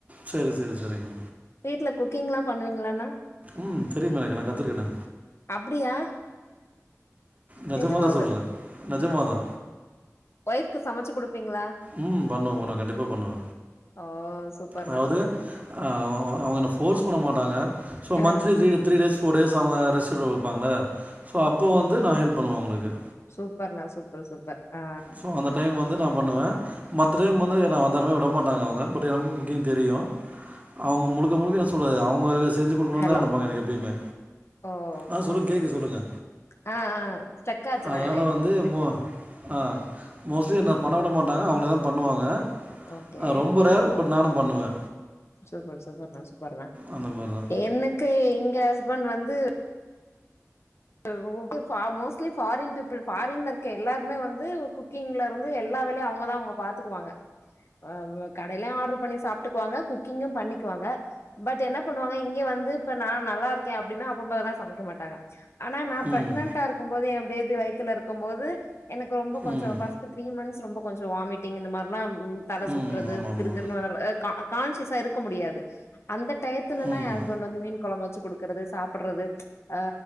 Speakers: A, on the right; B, on the left.
A: செரி செரி செரிங்க
B: வீட்ல குக்கிங்லா பண்ணுவீங்களாணா
A: ம் தெரியுமா எனக்கு நா கத்துருக்கனே
B: அப்டியா
A: நெஜமாதா
B: நெஜமாவா
A: சொல்றே
B: சொல்றீ
A: நெஜமாதா
B: வைஃப்க்கு சமச்சு குடுப்பீங்களா
A: ம் பண்ணுவ பண்ணுவ கண்டிப்பா பண்ணுவ
B: ஓ சூப்பர்ண்ணா
A: அதாவ்து
B: சூப்பர் சூப்பர்
A: அ அவு அவுங் அவுங்க என்ன ஃபோர்ஸ் பண்ண மாட்டாங்க சோ
B: ஆ
A: monthly three day three days four days அவ்ங்க ரெஸ்டெடு வப்பாங்கள சோ அப்போ வந்து நா ஹெல்ப் பண்ணுவே அவுங்களுக்கு
B: சூப்பர்ணா சூப்பர் சூப்பர் ஆ
A: சோ அந்த டைம் வந்து நா பண்ணுவ மத்த டைம் வந்து நா வந்தாலுமே விட மாட்டாங்க அவுங்க பட் நம்மக்கு குக்கிங் தெரியு அவுங்க முழுக்க முழுக்க என்ன சொல்லது அவுங்களாவே செஞ்சு குடுக்கணு
B: ஹலோ
A: தா நெனப்பாங்க எனக்கு எப்பயுமே
B: ஓ
A: ஆ சொல்லுங்க
B: ஓகே
A: கேக்குது
B: ஓகே
A: சொல்லுங்க
B: ஆ ஆ ஸ்டக் ஆச்சுண்ணா
A: அதனால
B: எடையில
A: வந்து மோ ஆ மோஸ்லி என்ன பண்ண விட மாட்டாங்க அவுங்களே தா பண்ணுவாங்க
B: ஓகே
A: அ ரொம்ப ரேர் பட் நானு பண்ணுவே
B: சூப்பர் சூப்பர்ணா சூப்பர்ணா
A: அந்த மாரி தான்
B: எனக்கு எங்க ஹஸ்பண் வந்து <unintelligible> ஃபா மோஸ்லி ஃபாரின் பீபுள் ஃபாரின்ல இரு க்க எல்லாருமே வந்து குக்கிங்ல இருந்து எல்லா வேலையு அவுங்கதா அவுங்க பாத்துக்குவாங்க ஆ வ கடைலே ஆர்டரு பண்ணி சாப்ட்டுக்குவாங்க குக்கிங்கு பண்ணிக்குவாங்க பட் என்ன பண்ணுவாங்க இங்க வந்து இப்ப நா நல்லா இருக்கே அப்டினா <unintelligible> போதுலா சமைக்க மாட்டாங்க ஆனா நா
A: ம்
B: பிரெக்னன்டா இருக்கம்போது எ பேபி வயித்துல இருக்கம் போது எனக்கு ரொம்போ கொஞ்சோ
A: ம்
B: ஃபஸ்ட்டு த்ரீ மந்த்ஸ் ரொம்போ கொஞ்சோ வாமிட்டிங் இந்த மாரிலா ம் தல
A: ம்
B: சுத்றது
A: ஆமா ஆமா
B: கிருகிருனு வர ஆ கா கான்சியா இருக்க முடியாது அந்த டயத் துலலா
A: ம்
B: எ ஹஸ்பண்ட் வந்து மீன் கொழம்பு வெச்சி குடுக்கறது சாப்பட்றது அ